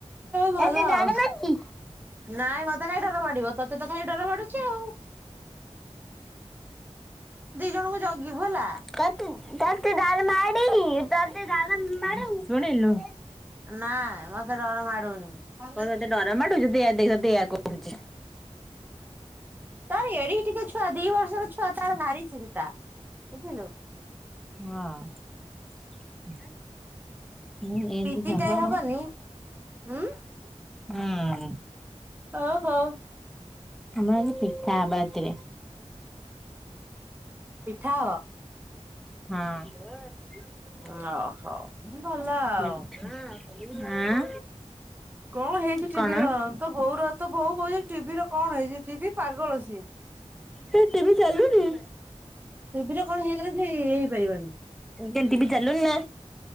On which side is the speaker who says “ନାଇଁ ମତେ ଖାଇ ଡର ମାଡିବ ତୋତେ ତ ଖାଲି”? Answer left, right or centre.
Right